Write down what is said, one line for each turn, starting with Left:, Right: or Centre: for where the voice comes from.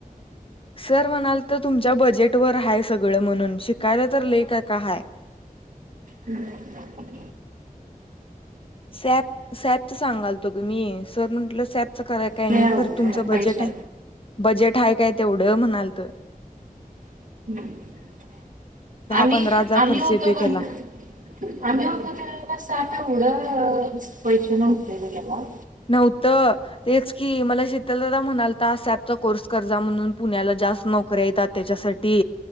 Left: सर म्हणाल तर तुमच्या बजेट वर हाय सगळं म्हणून शिकायला तर लई काय काय हाय.
Right: हम्म
Left: सॅप सॅपच सांगाल तो ग मी सर म्हंटलं सॅप का
Right: तेवढं
Left: खर तुमच
Right: करत
Left: बजेट
Right: पैसे
Left: बजेट आहे. काय तेवढं म्हणालत.
Right: हम्म आम्ही
Left: पंधरा हजार
Right: आम्ही
Left: खर्च
Right: होतो
Left: येतोय
Right: कनि
Left: त्याला
Right: आम्ही होतो त्या कस तेवढं पैशान उठलेला तेव्हा.
Left: नव्हत तेच की मला शीतलदादा म्हणाल ता सॅपचा कोर्स करजा म्हणून पुण्याला. जास्त नोकऱ्या येतात त्याच्यासाठी.